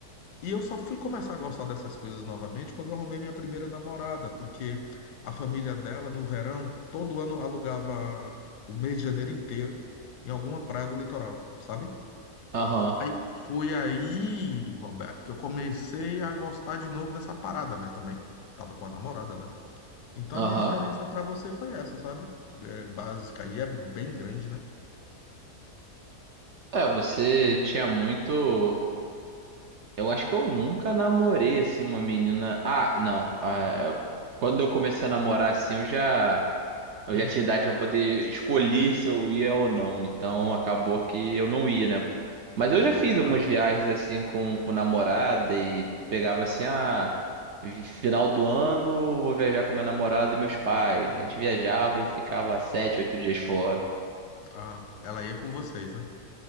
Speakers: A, on the left; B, on the right.
A: E eu só fui começar a gostar dessas coisas novamente quando eu arrumei minha primeira namorada, porque a família dela, no verão, todo ano alugava o mês de janeiro inteiro em alguma praia do litoral, sabe?
B: aham,
A: Aí foi aí, Roberto, que eu comecei a gostar de novo dessa parada, mas também tava com a namorada, né? Então
B: aham.
A: a minha diferença para você foi essa, sabe? É básica e é bem grande, né?
B: É, você tinha muito. Eu acho que eu nunca namorei assim uma menina. Ah, não. Ah, é, quando eu comecei a namorar assim, eu já eu
A: Hum,
B: já tinha idade pra poder escolher se eu ia ou não. Então acabou que eu não ia, né? Mas
A: mesmo
B: eu já fiz
A: caso.
B: algumas viagens assim com com namorada e pegava assim ah, vi- final do ano vou viajar com minha namorada e meus pais. A gente viajava e ficava sete, oito dias fora.
A: Ah, ela ia com vocês, né?